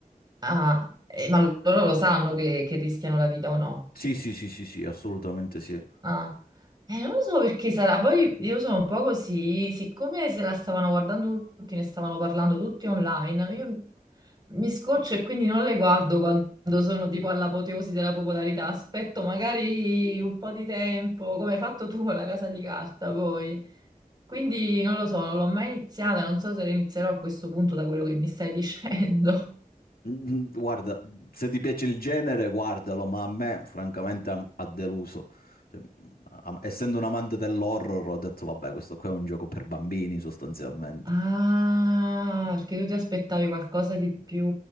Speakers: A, on the right (about 30°); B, on the left (about 80°).
A: Ah, eh, ma loro lo sanno che, che rischiano la vita o no?
B: Sì, sì, sì, sì, sì, assolutamente sì.
A: Ah, eh, non lo so perché sarà. Poi io sono un po' così, siccome se la stavano guardando tutti, ne stavano parlando tutti online, io mi scoccio e quindi non le guardo quando sono tipo all'apoteosi della popolarità. Aspetto magari un po' di tempo, come hai fatto tu con la casa di carta poi. Quindi non lo so, non l'ho mai iniziata, non so se la inizierò a questo punto da quello che mi stai dicendo. <laughs>
B: Mm, Guarda, se ti piace il genere, guardalo, ma a me francamente ha ha deluso. Cioè, a- essendo un amante dell'horror, ho detto, vabbè, questo qua è un gioco per bambini, sostanzialmente.
A: Ah, perché tu ti aspettavi qualcosa di più,